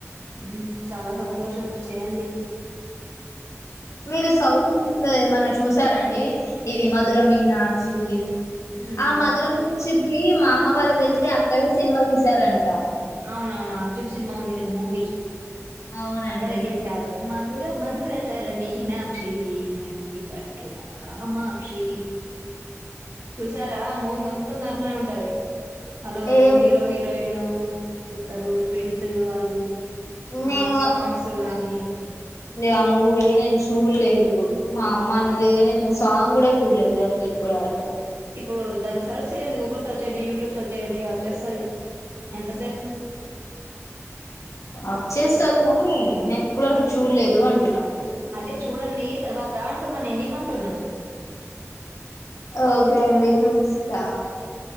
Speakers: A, on the right; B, on the left.
A: ఉమ్ చాలా సంతోషం చే్యడి
B: మీరు సౌత్ ఇండియన్ లో ఏమన్నా చూసారాండి అండి ఇవి మధుర మీనాక్షి
A: మ్మ్
B: ఆ మధురం నుంచిది మా అమ్మబాారు వెళ్తే అక్కడే సినిమా తీశారంట
A: అవునవును అర్దుుల్ సినిమా ఉంది కదా మూవీ
B: అవునండి
A: అక్కడే తీశారు మాకు దురమధురతర మీనాక్షి కంచి పట్టుల కామాక్షి చూసారా మూవీ మొత్తం తరలోనే ఉంటది హలో
B: ఏం
A: హీరో హిరోయిన్ వెతారు పింస్ వాళ్ళు
B: నను
A: ఆ సాంగ్స్ గానీ
B: ఆ మూవీ నేను చూడలేదు మా అమ్మ అన్నది కానే నేను సాంగ్ కూడా చూడలేదు అసలు ఇప్పటి వరకు
A: ఇప్పుడు దాన్ని సెర్చ్ చేయండి గూగుల్ సెర్చ్ చేయయండి యూట్యూబ్ సెర్చ్ చేయ్యడి అేస్తుంది ఎంతసేపు
B: వచ్చేస్తది కాని నేను ఇప్పుడు వరకు చూడలేదు అంటున్నా
A: అదే చూడండి తర్వాత అంటున్నా నేనేమమంటున్నా
B: ఓకే అండి చూస్తా